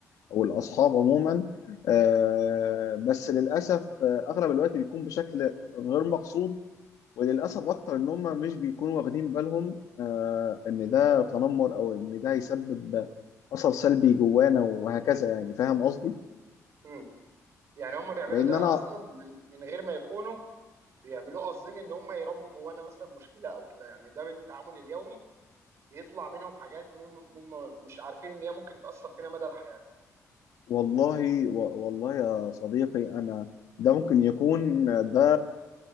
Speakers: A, on the left (about 70°); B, on the right (about 50°).
A: او الاصحاب عموما آه، بس للاسف آه، اغلب الوقت بيكون بشكل غير مقصود وللاسف اكتر ان هم مش بيكونوا واخدين بالهم آه، ان ده تنمر او ان ده هيسبب اثر سلبي جوانا وهكذا يعني فاهم قصدي
B: مم. يعني هم بيعملوا
A: لان
B: ده
A: انا
B: اصلا من من غير ما يكونوا بيعملوه قاصدين ان هم يربوا جوانا مثلا مشكله او كده يعني ده من التعامل اليومي بيطلع منهم حاجات هم هم مش عارفين ان هي ممكن تأثر فينا مدى الحياه
A: والله و- والله يا صديقي انا ده ممكن يكون ده